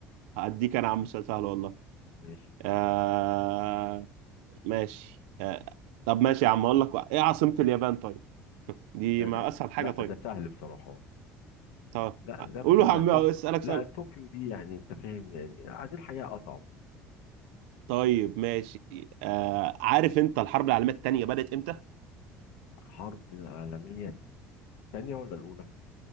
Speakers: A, on the right (about 75°); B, on the left (about 75°).
A: هديك أنا يا عم سؤال سهل والله
B: ماشي
A: أه ماشي أه طب ماشي يا عم أقول لك إيه عاصمة اليابان طيب؟ دي
B: لا
A: ما
B: لا-
A: أسهل حاجة
B: لا،
A: طيب
B: ده سهل بصراحة
A: طب
B: لا ده
A: قولوا
B: مش ده
A: يا عم
B: طوكيو
A: أسألك
B: لا
A: سؤال
B: طوكيو دي يعني انت فاهم يعني عايزين الحقيقة اصعب
A: طيب ماشي أه عارف أنت الحرب العالمية التانية بدأت إمتى؟
B: الحرب العالمية الثانية ولا الأولى